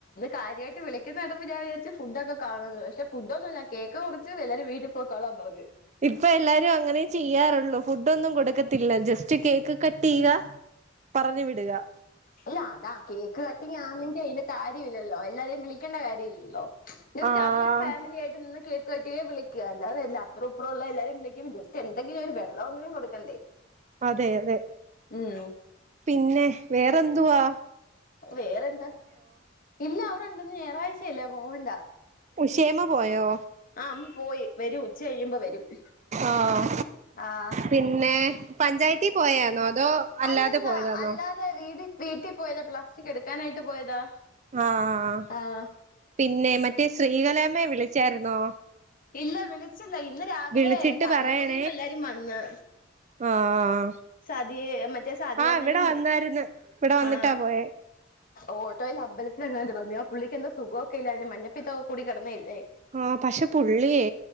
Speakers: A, on the left; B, on the right.
A: കാര്യമായിട്ട് വിളിക്കുന്ന കണ്ടപ്പം ഞൻ വിചാരിച്ച് ഫുഡൊക്കെ കാണുന്നു പക്ഷെ ഫുഡൊന്നല്ല കേക്ക് മുറിച്ച് വരും വീട്ടിൽ പോക്കളാൻ പറഞ്ഞു
B: ഇപ്പൊ എല്ലാരും അങ്ങനെ ചെയ്യാറുള്ളൂ ഫുഡ് ഒന്നും കൊടുക്കത്തില്ല ജസ്റ്റ് റ്റ് കേക്ക് കട്ട് ചെയ്യുക പറഞ്ഞു വിടുക
A: അല്ല അതാ കേക്ക് കട്ടിങ് ആണെങ്കിൽ അതിന്റെ കാര്യം ഇല്ലല്ലോ എല്ലാരെയും വിളിക്കേണ്ട കാര്യം ഇല്ലല്ലോ ജസ്റ്റ്
B: ആഹ്
A: അവര് ഫാമിലിയ ആയിട്ട് നിന്ന് കേ കെട്ടിയെ വിളിക്കുക അല്ലാതെല്ല അപ്പുറപ്പറുള്ള എല്ലാരും വിളിക്കുമ്പോ ജസ്റ്റ് എന്തെങ്കിലും ഒരു വെള്ളം എങ്കിലും കൊടുക്കണ്ടേ
B: അതെ അതെ
A: ഉം
B: പിന്നെ വേറെ ന്തുവാ
A: വേറെന്താ ഇല്ല ണ്ട ഞറാഴ്ചയല്ലേ പോകേണ്ട
B: ഉഷേമ്മ പോയോ
A: അമ്മ പോയി വരും ഉച്ച കഴിയുമ്പോ വരും
B: ആഹ്
A: ആഹ്
B: പിന്നെ പഞ്ചായത്തി പോയന്നോ അതോ അല്ലാതെ
A: അല്ലല്ല
B: പോയതാന്നോ
A: അല്ലാതെ വീട് വീട്ടിൽ പോയത് പ്ലസ് കെടുക്കാനായിട്ട് പോയതാ
B: ആഹ്
A: ആഹ്
B: പിന്നെ മറ്റേ സ്ത്രീകൾ എല്ലമേ വിളിച്ചായിരുന്നോ
A: ഇല്ല വിളിച്ച ല്ല ഇന്ന് രാവിലെ
B: വിളിച്ചിട്ട്
A: തലൂരിന
B: പറയണേ
A: എല്ലാരും വന്ന്
B: ആഹ്
A: സതിയെ മറ്റേ സതിയണ്ണനും
B: ആഹ് ഇവിടെ വന്നായിരുന്നു ഇവിടെ വന്നിട്ടാ
A: ആ
B: പോയേ
A: ഓട്ടോയിൽ അമ്പലത്തിലങ്ങ പുള്ളിക്കന്താ സുഖമക്കെല്ല അതിന് മഞ്ഞപ്പത്തൊക്ക കൂ കടന്നേല്ലേ
B: ആഹ് പക്ഷെ പുള്ളിയേ